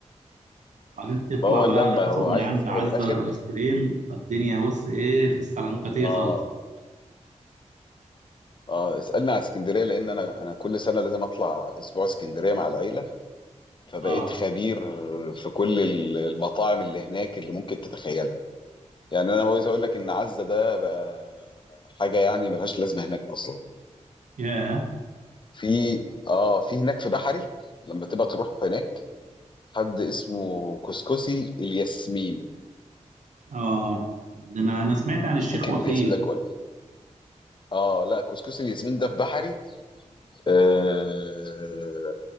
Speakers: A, on the right; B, on the left.
A: وبعدين تطلع
B: فهو
A: بقى
B: لما
A: تاخد
B: هو
A: من
B: عايز
A: عند عزة
B: هو من الاخر
A: الايس كريم فالدنيا بص ايه في السلنكتيه
B: اه
A: غلط
B: اه اسالني على اسكندريه لان انا انا كل سنه لازم اطلع اسبوع اسكندريه مع العيله فبقيت
A: اه
B: خبير في كل ال- المطاعم اللي هناك اللي ممكن تتخيلها يعني انا عاوز اقول لك ان عزه ده بقى حاجه يعني ملهاش لازمه هناك اصلا
A: ياه
B: في اه في هناك في بحري لما تبقى تروح هناك حد اسمه كسكسي الياسمين
A: اه ده انا انا سمعت عن الشيخ
B: افتكر
A: وفيق
B: الاسم ده كويس اه لا كسكسي الياسمين ده في بحري آه